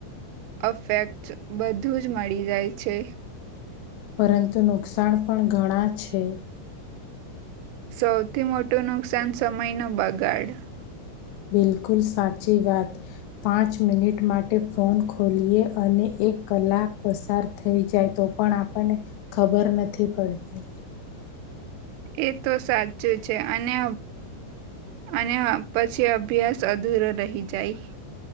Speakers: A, on the right; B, on the left.
A: અફેક્ટ બધું જ મળી જાય છે.
B: પરંતુ નુકસાન પણ ઘણા છે.
A: સૌથી મોટું નુકસાન સમયનો બગાડ.
B: બિલકુલ સાચી વાત. પાંચ મિનિટ માટે ફોન ખોલીએ અને એક કલાક પસાર થઈ જાય તો પણ આપણને ખબર નથી પડતી.
A: એ તો સાચું છે અને અને અભ પછી અભ્યાસ અધૂરો રહી જાય.